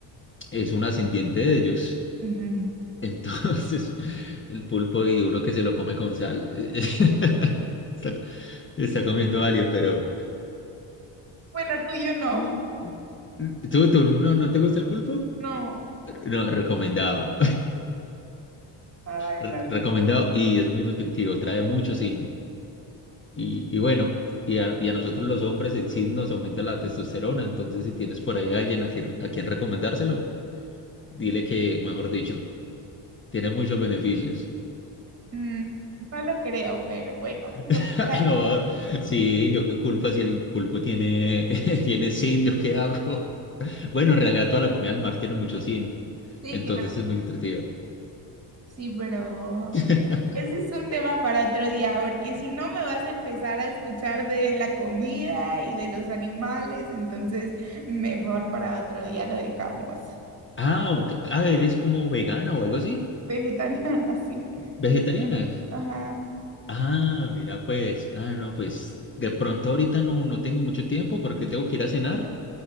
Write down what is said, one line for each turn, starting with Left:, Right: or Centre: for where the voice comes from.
Left: es un ascendiente de ellos.
Right: Ujú.
Left: Entonces, <laughs> el pulpo y uno que se lo come con sal, eh, <laughs> está, está comiendo alien, pero...
Right: Bueno, tú y yo no.
Left: Mm. <laughs> ¿Tú, tú no, no te gusta el pulpo?
Right: No.
Left: No, recomendado.
Right: Ay,
Left: Re-
Right: no,
Left: Recomendado
Right: qué-
Left: y es muy nutritivo, trae mucho zinc. Y, y bueno, y a, y a nosotros los hombres el zinc nos aumenta la testosterona, entonces si tienes por ahí a alguien a quien, a quien recomendárselo, dile que, mejor dicho, tiene muchos beneficios.
Right: Mm, no lo creo, pero bueno. sí
Left: <laughs>
Right: lo pensaré.
Left: No, sí, yo qué culpa si el pulpo tiene, <laughs> tiene zinc, yo qué hago. Bueno, en realidad toda la comida del mar tiene mucho zinc,
Right: Sí,
Left: entonces
Right: claro.
Left: es muy nutritiva.
Right: Sí, pero
Left: <laughs>
Right: ese es un tema para otro día, porque si no me vas a empezar a escuchar de la comida y de los animales, entonces mejor para otro día lo dejamos.
Left: Ah, ok. Ah, ¿eres como vegana o algo así?
Right: Vegetariano, <laughs> sí.
Left: ¿Vegetariana?
Right: Ajá.
Left: Ah, mira, pues, ah, no, pues, de pronto ahorita no, no tengo mucho tiempo porque tengo que ir a cenar,